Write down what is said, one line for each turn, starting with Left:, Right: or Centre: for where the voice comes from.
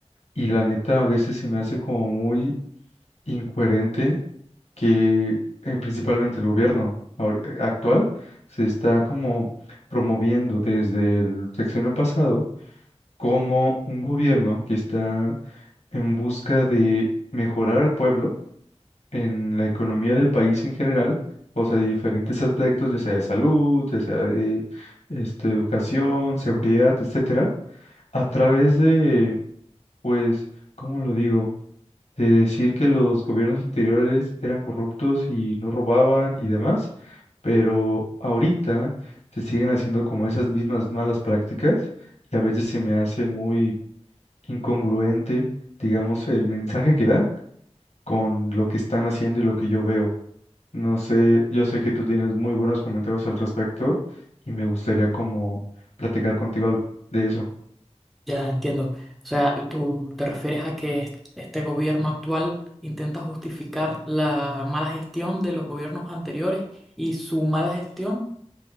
Left: Y la neta a veces se me hace como muy incoherente que eh, principalmente el gobierno ahori- eh, actual se está como promoviendo desde el sexenio pasado como un gobierno que está en busca de mejorar al pueblo en la economía del país en general, o sea, de diferentes aspectos, ya sea de salud, ya sea de este, educación, seguridad, etcétera, a través de, pues, ¿cómo lo digo? de decir que los gobiernos anteriores eran corruptos y no robaban y demás, pero ahorita se siguen haciendo como esas mismas malas prácticas y a veces se me hace muy incongruente, digamos, el mensaje que dan con lo que están haciendo y lo que yo veo. No sé, yo sé que tú tienes muy buenos comentarios al respecto y me gustaría como platicar contigo al- de eso.
Centre: ya entiendo. O sea, tú te refieres a que est- este gobierno actual intenta justificar la mala gestión de los gobiernos anteriores y su mala gestión